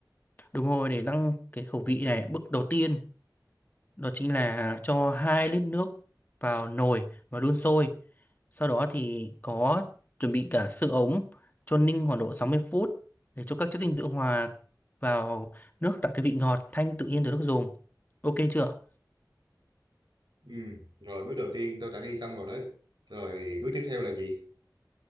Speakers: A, on the left (about 25°); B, on the right (about 85°).
A: đúng rồi để tăng cái khẩu vị này bước đầu tiên đó chính là cho hai lít nước vào nồi và đun sôi sau đó thì có chuẩn bị cả xương ống cho ninh khoảng độ 60 phút để cho các chất dinh dưỡng hòa vào nước tạo cái vị ngọt thanh tự nhiên từ nước dùng ok chưa
B: Ừ, rồi bước đầu tiên tôi đã ghi xong rồi đấy. Rồi bước tiếp theo là gì?